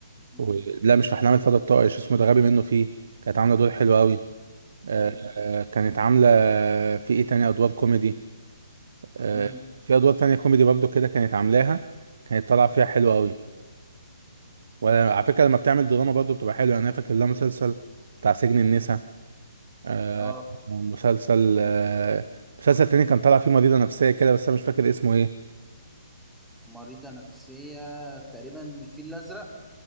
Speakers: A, in the centre; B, on the right.
A: امم
B: و... لا مش في احلام الفتى الطائش اسمه ده غبي منه فيه كانت عامله دور حلو قوي آه،
A: ايوه
B: كانت عاملة في ايه تاني ادوار كوميدي آه،
A: امم
B: في ادوار تانية كوميدي برضو كده كانت عاملاها كانت طالعة فيها حلوة قوي وعلى فكرة لما بتعمل دراما برضو بتبقى حلوة يعني انا فاكر لها مسلسل بتاع سجن النساء آه،
A: اه
B: مسلسل آه، مسلسل تاني كان طالع فيه مريضة نفسية كده بس انا مش فاكر اسمه ايه
A: مريضة نفسية تقريبا الفيل الأزرق